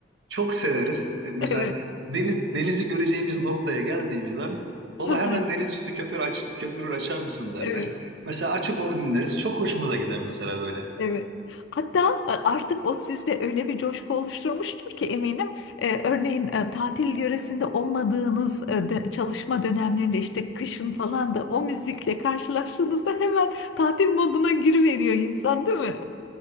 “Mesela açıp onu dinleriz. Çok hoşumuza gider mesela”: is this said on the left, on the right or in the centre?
Right